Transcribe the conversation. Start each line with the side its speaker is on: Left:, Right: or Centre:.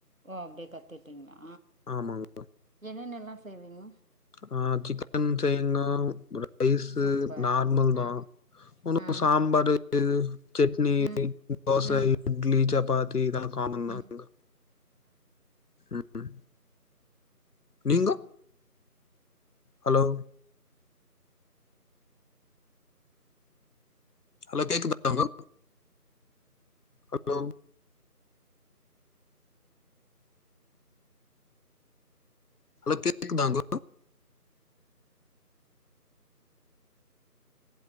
Right: ஓ அப்டியே கத்துட்டீங்ளா
Left: ஆமாங்க
Right: என்னென்னலாம் செய்வீங்க
Left: ஆ சிக்கன் செய்ங்கோ ரைஸு
Right: சூப்பர்
Left: நார்மல்
Right: ஆ
Left: தா ஒன்னும்
Right: ஆ
Left: சம்பார் சட்னி
Right: ம்
Left: தோச
Right: ம்
Left: இட்லி சப்பாத்தி தா ஆமந்தாங்க
Right: ம்
Left: உம் நீங்கோ ஹலோ ஹலோ கேக்குதாங்கோ ஹலோ ஹலா கேக்குதாங்கோ